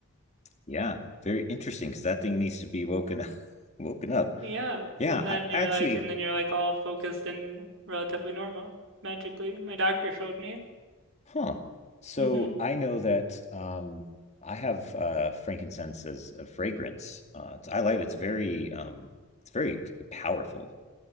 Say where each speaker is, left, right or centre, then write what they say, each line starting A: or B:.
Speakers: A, on the left; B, on the right.
A: yeah, very interesting because that thing needs to be woken up. <laughs> woken up.
B: Yeah,
A: Yeah,
B: and
A: I,
B: then you're
A: I actually,
B: like and then you're like all focused and relatively normal magically. My doctor showed me.
A: huh. So
B: hmm
A: I know that um, I have uh, frankincense as a fragrance. Uh, it's, I like it. it's very um, it's very powerful.